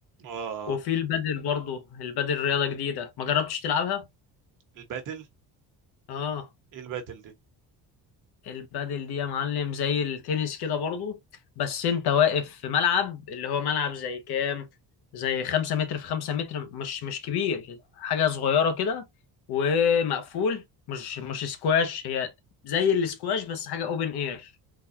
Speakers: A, on the right; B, on the left.
A: اه
B: وفي البادل برضو البادل رياضة جديدة ما جربتش تلعبها؟
A: البدل
B: اه
A: ايه البدل دي
B: البادل دي يا معلم زي التنس كده برضو بس انت واقف في ملعب اللي هو ملعب زي كام زي خمسة متر في خمسة متر مش مش كبير حاجة صغيرة كده ومقفول مش مش سكواش هي زي السكواش بس حاجة اوبن اير